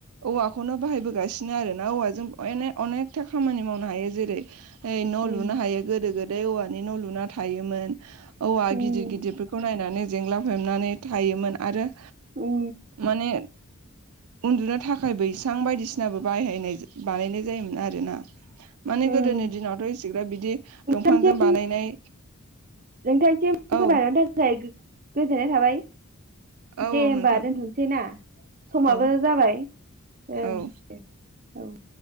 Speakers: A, on the right; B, on the right.
A: औवाखौनो बाहायबोगासिनो आरो ना औवाजोंनो अनेकथा खामानि मावनो हायो जेरै हाइ न'
B: उम
A: लुनो हायो गोदो गोदाय औवानि न' लुना थायोमोन औवा
B: उम
A: गिदिर गिदिरफोरखौ नायनानै जेंला हेबनानै थायोमोन आरो
B: उ
A: माने उन्दुनो थाखाय बैसां बायदिसिनाबो बाहायनाय बानायनाय जायोमोन आरो माने
B: उम
A: गोदोनि दिनावथ' इसेग्राब बिदि दंफांजों
B: नोंथांसिम
A: बानायनाय
B: नोंथांसिम <unintelligible>
A: औ
B: थाखाय गोजोननाय थाबाय
A: औ
B: दे
A: औ
B: होमबा
A: नोंथां
B: दोनथ'सै ना समाबो
A: औ
B: जाबाय ओं
A: औ
B: दे औ